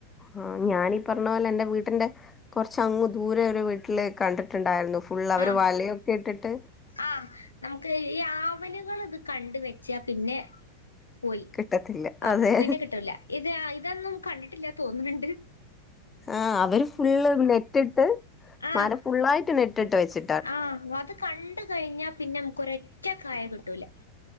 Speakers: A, on the left; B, on the left.
A: ആഹ് ഞാനീ പറഞ്ഞ പോലെ എന്റെ വീട്ടിന്റെ കൊറച്ചങ്ങ് ദൂരെ ഒരു വീട്ടില് കണ്ടിട്ടുണ്ടാരുന്നു ഫുള്ള് അവര്
B: ആഹ്
A: വലയൊക്കെ ഇട്ടിട്ട്
B: ആഹ് നമുക്ക് ഈ ആവലുകള് ഇത് കണ്ട് വെച്ചാ പിന്നെ പോയി
A: കിട്ടത്തില്ല
B: ആഹ്
A: അതെ
B: പിന്നെ കിട്ടുല്ല ഇത് ഇതൊന്നും കണ്ടിട്ടില്ല തോന്നണ് ണ്ട്
A: ആഹ് അവര് ഫുള്ള് നെറ്റിട്ട്
B: ആഹ്
A: മര ഫുള്ളായിട്ട് നെറ്റിട്ട് വെച്ച്
B: ആഹ് അത് കണ്ട് കഴിഞ്ഞാ പിന്നെ നമുക്ക് ഒരറ്റക്കായ കിട്ടൂല